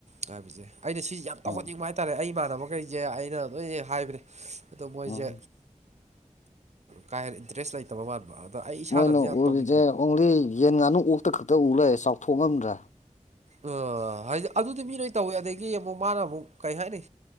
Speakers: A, on the right; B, on the left.
A: ꯍꯥꯏꯕꯁꯦ ꯑꯩꯅ ꯁꯤꯁꯦ ꯌꯥꯝ
B: ꯎꯝ
A: ꯇꯧꯍꯟꯅꯤꯡꯕ ꯍꯥꯏꯇꯥꯔꯦ ꯑꯩꯅ ꯏꯃ ꯑꯃ ꯀꯩꯁꯦ ꯑꯩꯅ ꯂꯣꯏ ꯍꯥꯏꯕ꯭ꯔꯦ ꯑꯗꯣ ꯃꯣꯏꯁꯦ
B: ꯎꯝ
A: ꯀꯥ ꯍꯦꯟꯅ ꯏꯟꯇꯔꯦꯁ ꯂꯩꯇꯕ ꯃꯥꯟꯕ ꯑꯗꯣ ꯑꯩ ꯏꯁꯥꯅꯗꯤ
B: ꯃꯣꯏꯅ
A: ꯌꯥꯝ
B: ꯎꯔꯤꯁꯦ
A: ꯇꯧꯅꯤꯡꯕ
B: ꯑꯣꯡꯂꯤ ꯌꯦꯟ ꯉꯥꯅꯨ ꯑꯣꯛꯇ ꯈꯛꯇ ꯎ ꯂꯩꯦ ꯆꯥꯎꯊꯣꯛꯂꯝꯝꯗ꯭ꯔꯦ
A: ꯑ ꯍꯥꯏꯗꯤ ꯑꯗꯨꯗꯤ ꯃꯤ ꯅꯣꯏ ꯇꯧꯋꯦ ꯑꯗꯒꯤ ꯑꯃꯨꯛ ꯃꯥꯅ ꯑꯃꯨꯛ ꯀꯩ ꯍꯥꯏꯅꯤ